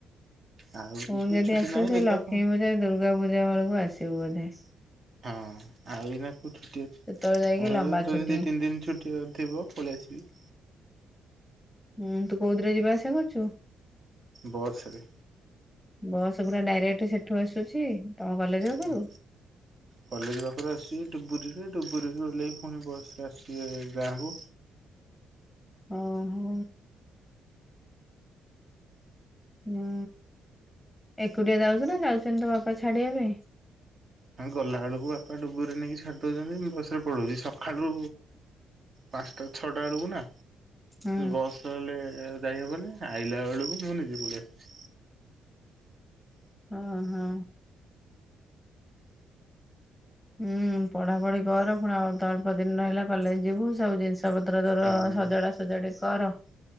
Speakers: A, on the right; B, in the centre.
A: ଆଉ
B: ପୁଣି
A: ତ
B: ଯଦି
A: ଛୁଟି
B: ଆସିବୁ
A: ନାହିଁ
B: ସେଇ
A: ଦେଖିବା
B: ଲକ୍ଷ୍ମୀ
A: କଣ
B: ପୂଜା ଦୁର୍ଗା ପୂଜା ବେଳକୁ ଆସିବୁ ବୋଧେ।
A: ହଁ ଆଉ ଏନା କଣ ଛୁଟି
B: ସେତେବେଳେ ଯାଇକି
A: କଣ
B: ଲମ୍ବା
A: ଯଦି
B: ଛୁଟି
A: ଦି ତିନି ଦିନ ଛୁଟି ଥିବ ପଳେଇ ଆସି <inaudible>
B: ହୁଁ ତୁ କୋଉଥିରେ ଯିବା ଆସିବା କରୁଛୁ?
A: ବସ୍ ରେ।
B: ବସ୍ ପୁରା ଡାଇରେକ୍ଟ ସେଠୁ ଆସୁଛି? ତମ କଲେଜ ପାଖରୁ
A: ହଁ କଲେଜ ପାଖରେ ଆସେ ଡୁବରିରେ। ଡୁବୁରୀ ରେ ଓଲେହି ପୁଣି ବସ୍ ରେ ଆସୁଚି ଗାଁ କୁ।
B: ଓ ହୋ। ହୁଁ ଏକୁଟିଆ ଯାଉଛୁ ନା ଯାଉଛନ୍ତି ତ ବାପା ଛାଡିବା ପାଇଁ?
A: ଆମେ ଗଲାବେଳକୁ ବାପା ଡୁବୁରିରେ ନେଇକି ଛାଡି ଦଉଛନ୍ତି ମୁଁ ବସ ରେ ପଳଉଛି ସକାଳୁ ପାଞ୍ଚଟା ଛଅଟା ବେଳକୁ ନା।
B: ହଁ
A: ବସ ନହେଲେ ଯାଇହବନି ଆଇଲା ବେଳକୁ ମୁଁ ନିଜେ ପାଲେଇ ଆସୁଛି।
B: ଉଁହୁଁ। ହୁଁ ପଢାପଢି କର ପୁଣି ଆଉ ଅଳପ ଦିନ ରହିଲା କଲେଜ ଯିବୁ ସବୁ ଜିନିଷ ର ପତ୍ର ତୋର
A: ହୁଁ
B: ସଜଡ଼ା ସଜାଡ଼ି କର।